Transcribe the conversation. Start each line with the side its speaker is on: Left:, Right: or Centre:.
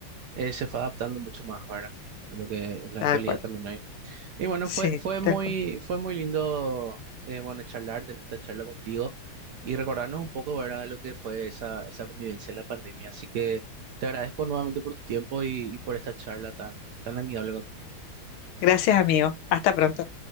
Right: eh, se fue adaptando mucho más, ¿verdad? Lo que en la
Left: Tal
Right: actualidad
Left: cual.
Right: también hay. Y bueno,
Left: Sí,
Right: fue, fue muy,
Left: tal cual.
Right: fue muy lindo, eh, bueno, charlar, tener esta charla contigo y recordarnos un poco, ¿verdad?, de lo que fue esa, esa convivencia en la pandemia. Así que te agradezco nuevamente por tu tiempo y, y por esta charla tan, tan amigable contigo.
Left: Gracias, amigo. Hasta pronto.